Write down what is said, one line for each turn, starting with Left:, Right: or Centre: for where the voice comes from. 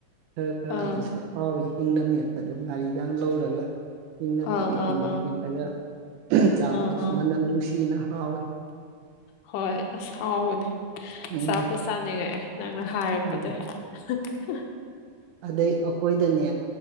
Right: ꯈꯔ ꯈꯔ
Left: ꯑꯪ
Right: ꯑꯗꯨꯁꯨ ꯍꯥꯎꯋꯤ ꯍꯤꯡꯅ ꯃꯦꯠꯄꯗꯨ ꯉꯥꯔꯤꯒꯥꯡ ꯂꯧꯔꯒ
Left: ꯑꯥ
Right: ꯄꯤꯗꯤꯛ
Left: ꯑꯥ
Right: ꯄꯤꯗꯤ
Left: ꯑꯥ
Right: ꯅꯦꯦꯛꯄꯒ ꯆꯥꯕꯗꯨꯁꯨ
Left: ꯑꯥ ꯑꯥ
Right: ꯃꯅꯝ ꯅꯨꯡꯁꯤꯅ ꯍꯥꯎꯋꯤ
Left: ꯍꯣꯏ ꯑꯁ ꯍꯥꯎꯕꯅꯦ
Right: ꯎꯝ
Left: ꯆꯥꯕꯨ ꯆꯥꯅꯤꯡꯉꯛꯑꯦ ꯅꯪꯅ ꯍꯥꯏꯔꯛꯄꯗꯩ
Right: ꯎꯝ
Left: <unintelligible>
Right: ꯑꯗꯩ ꯑꯩꯈꯣꯏꯗꯅꯦ